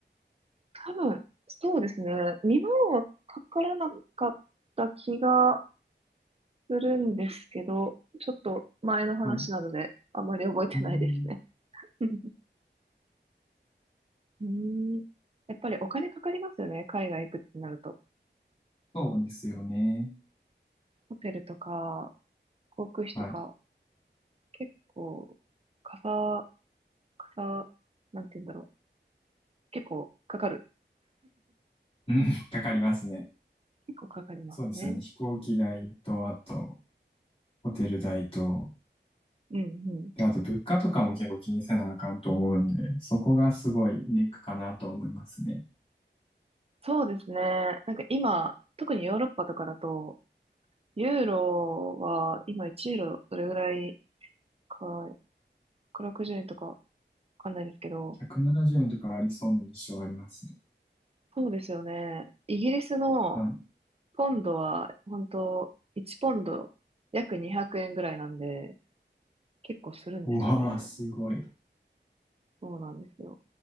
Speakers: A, on the right (about 35°); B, on the left (about 30°).
A: 多分、そうですね。2万はかからなかった気がするんですけど、ちょっと前の話なので、
B: はい。う
A: あまり覚えてないですね。
B: ーん、
A: <laughs> うーん、やっぱりお金かかりますよね。海外行くってなると。
B: そうですよね。
A: ホテルとか、航空費とか。
B: はい。<laughs>
A: 結構、かさ、かさ、なんて言うんだろう。結構かかる。
B: うん、<laughs> かかりますね。
A: 結構かかりますね。
B: そうですよね。飛行機代と、あと、ホテル代と、
A: うんうん。
B: で、あと物価とかも結構気にせなあかんと思うんで、そこがすごいネックかなと思いますね。
A: そうですね。なんか今、特にヨーロッパとかだと、ユーロは今1ユーロどれぐらいか、160円とかわかんないですけど、
B: 170円とかありそうな印象ありますね。
A: そうですよね。イギリスの
B: はい。
A: ポンドは、本当1ポンド約200円ぐらいなんで、結構するんですよね。
B: うわー、すごい。
A: そうなんですよ。